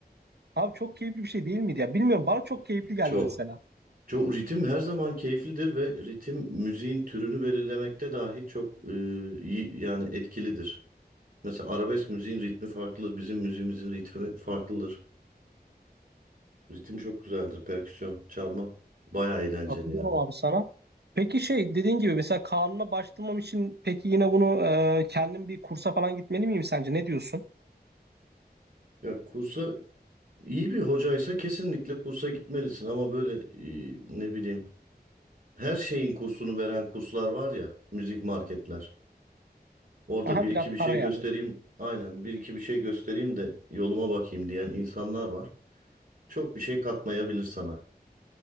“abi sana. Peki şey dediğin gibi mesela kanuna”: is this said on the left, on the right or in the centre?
Right